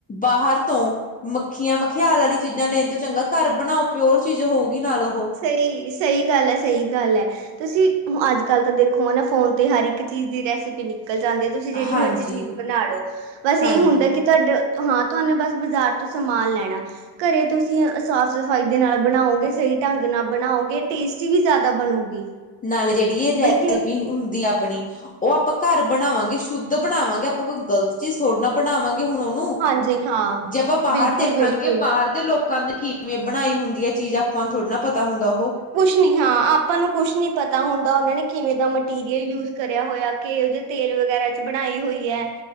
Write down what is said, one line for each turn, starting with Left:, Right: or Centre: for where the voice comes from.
Left: ਬਾਹਰ ਤੋਂ ਮੱਖੀਆਂ ਮਖਿਆਲ ਆਲੀ ਚੀਜ਼ਾਂ ਲੈਣ ਤੋਂ ਚੰਗਾ ਘਰ ਬਣਾਓ ਪਿਓਰ ਚੀਜ਼ ਹੋਊਗੀ ਨਾਲ ਓਹੋ।
Right: ਸਈ ਸਈ ਗੱਲ ਐ, ਸਈ ਗੱਲ ਐ। ਤੁਸੀਂ ਅੱਜ ਕੱਲ ਤਾਂ ਦੇਖੋ ਹਨਾ ਫੋਨ ਤੇ ਹਰ ਇੱਕ ਚੀਜ਼ ਦੀ ਰੈਸਿਪੀ ਨਿਕਲ ਜਾਂਦੀ ਤੁ ਤੁਸੀਂ ਜੇੜੀ
Left: ਹਾਂਜੀ,
Right: ਮਰਜ਼ੀ ਚੀਜ਼ ਬਨਾ ਲੋ ਬਸ
Left: ਹਾਂਜੀ
Right: ਏਹ ਹੁੰਦਾ ਕਿ ਤੁਹਾਡ ਹਾਂ ਤੁਹਾਨੂੰ ਬਸ ਬਾਜ਼ਾਰ ਤੋਂ ਸਮਾਨ ਲੈਣਾ। ਘਰੇ ਤੁਸੀਂ ਸਾਫ਼ ਸਫ਼ਾਈ ਦੇ ਨਾਲ ਬਣਾਓਗੇ ਸਈ ਢੰਗ ਨਾਲ ਬਣਾਓਗੇ ਟੇਸਟੀ ਵੀ ਜਾਦਾ ਬਣੂਗੀ।
Left: ਨਾਲੇ ਜੇੜੀ ਇਹ ਰੈਸਪੀ
Right: ਬਲਕਿ
Left: ਹੁੰਦੀ ਆਪਣੀ ਉਹ ਆਪਾਂ ਘਰ ਬਣਾਵਾਂਗੇ ਸ਼ੁੱਧ ਬਣਾਵਾਂਗੇ ਆਪਾਂ ਕੋਈ ਗਲਤ ਚੀਜ਼ ਥੋੜ੍ਹੇ ਨਾ ਬਣਾਵਾਂਗੇ ਹੁਣ ਉਹ ਨੂ
Right: ਹਾਂਜੀ ਹਾਂ
Left: ਜੇ ਆਪਾਂ ਬਾਹਰ
Right: ਬਿਲਕੁਲ
Left: ਦੇਖਾਂਗੇ
Right: ਬਿਲਕੁਲ
Left: ਬਾਹਰ ਦੇ ਲੋਕਾਂ ਨੇ ਕਿਵੇਂ ਬਣਾਈ ਹੁੰਦੀ ਹੈ ਚੀਜ਼ ਆਪਾਂ ਨੂੰ ਥੋੜ੍ਹੀ ਨਾ ਪਤਾ ਹੁੰਦਾ ਉਹੋ
Right: ਉਹੀ ਨਾ ਹਾ ਆਪਾਂ ਨੂੰ ਕੁੱਛ ਨਹੀਂ ਪਤਾ ਹੁੰਦਾ ਉਹਨਾਂ ਨੇ ਕਿਵੇਂ ਦਾ ਮਟੀਰੀਅਲ ਯੂਜ ਕਰਿਆ ਹੋਇਆ ਕੇਲ ਦੇ ਤੇਲ ਵਗੈਰਾ ਚ ਬਣਾਈ ਹੋਈ ਹੈ